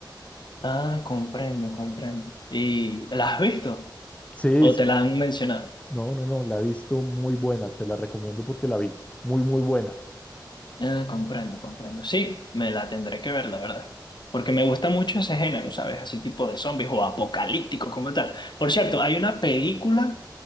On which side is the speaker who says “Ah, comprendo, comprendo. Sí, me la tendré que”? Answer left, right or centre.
Left